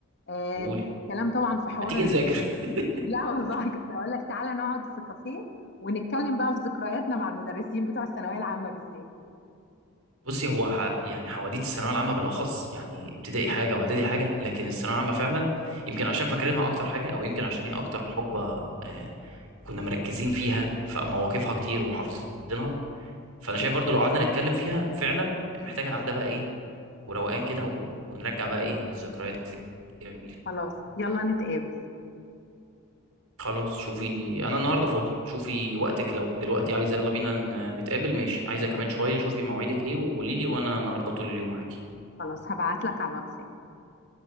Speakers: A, on the left; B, on the right.
A: آه
B: قولي
A: كلام طبعا في حوار
B: هتيجي
A: ال...
B: نذاكر
A: <laughs>
B: <laughs>
A: لا والله كنت اقول لك تعالى نقعد في كافيه ونتكلم بقى في ذكرياتنا مع المدرسين بتوع الثانوية العامة بالذات
B: بصي هو ح... يعني حواديت الثانويه العامه بالاخص يعني ابتدائي حاجه واعدادي حاجه لكن الثانويه العامه فعلا يمكن عشان فاكرينها اكتر حاجه او يمكن عشان هي اكتر حقبه آه كنا مركزين فيها فمواقفها كتير وحافظينها فانا شايف برضو لو قعدنا نتكلم فيها فعلا محتاجه قاعده بقى ايه وروقان كده و... ونرجع بقى ايه الذكريات الجميله
A: خلاص يلا نتقابل
B: خلاص شوفي انا النهارده فاضي شوفي وقتك لو دلوقتي عايزه يلا بينا ن- نتقابل ماشي عايزه كمان شويه شوفي مواعيدك ايه وقولي لي وانا النهارده طول اليوم معاكي
A: خلاص هبعت لك على الواتساب